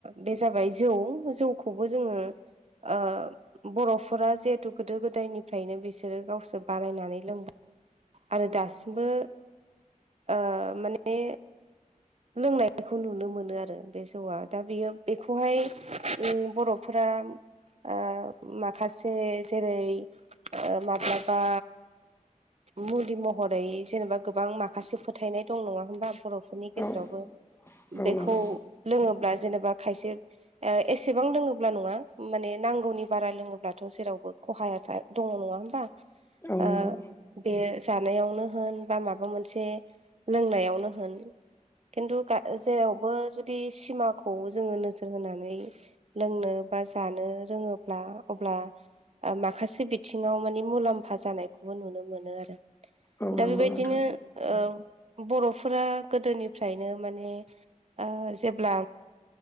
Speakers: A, on the right; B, on the left.
A: बे जाब य जौ जौखौबो जोङो ओ बर'फोरा जिहेथु गोदो गोदायनिफ्रायनो बिसो रो गावसोर बानायनानै लोंबाय आरो दासिमबो ओ माने ने। लोंनायखौ नुनो मोनो आरो बे जौआ दा बेयो बेखौहाय ओम बर'फो रा ओ माखासे जेरै ओ माब्लाबा मुलि महरै जेनेबा गोबां माखासे फोथायनाय दं नङा बा बरफोरनि गेजेरावबो
B: औ औ औ
A: बेखौ
B: नंगौ
A: लों ब्ला जेनेबा खायसे ओ एसेबां लोंओब्ला नङा माने नांगौनि बारा लोंओब्लाथ' जे रावबो खहाया था दङ नङा होमबा।
B: औ
A: ओ
B: नंगौ
A: बे जानायावनो होन बा माबा मोनसे लोंनायाव नो होन खिन्थु गा जेरावबो जुदि सिमाखौ जोङो नोजोर होनानै लोंनो बा जानो रोंओब्ला अब्ला ओ माखासे बिथिङाव माने मुलामफा जानायखौ नुनो मोनो आरो‌
B: औ
A: दा
B: नंगौ
A: बेबायदिनो
B: नोंथां
A: ओ बरफो रा गोदोनिफ्रायनो माने ओ जेब्ला